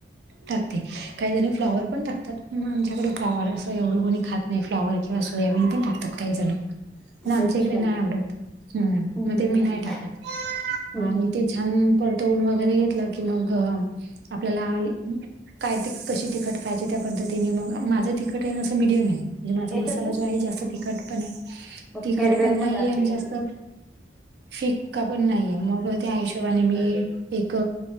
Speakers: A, on the right; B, in the centre.
A: टाकते. काही जणी फ्लाॉवर पण टाकतात. आमच्याकडे फ्लाॉवर असं एवढं कोणी खातनाही. नाही फ्लाॉवर किंवा सोयाबीन पण टाकतात काही जण. आमच्या
B: अच्छा,
A: इकडे नाही
B: अच्छा.
A: आवडत. हम.
B: हं,
A: मग
B: हं,
A: ते मी
B: हं, हं.
A: नाही टाकत.
B: हं,
A: आणि
B: हं, हं,
A: ते
B: हं.
A: छान परतवून वगैरे घेतलं की मग आपल्याला काय त कशी तिकट खायचे त्या पद्धतीने मग माझं तिकट आहे अससं मीडियम आहे. म्हणजे माझा
B: याच्यात
A: मसाला
B: ना
A: जो आहे जास्त तिखट पण नाही
B: मग
A: तिखट
B: कॅरी बॅगमध्ये
A: पण नाहीये
B: आणते
A: आणि जास्त
B: मी.
A: फिक्का पण नाहीये. मग त्या हिशोबाने
B: ते.
A: मी एक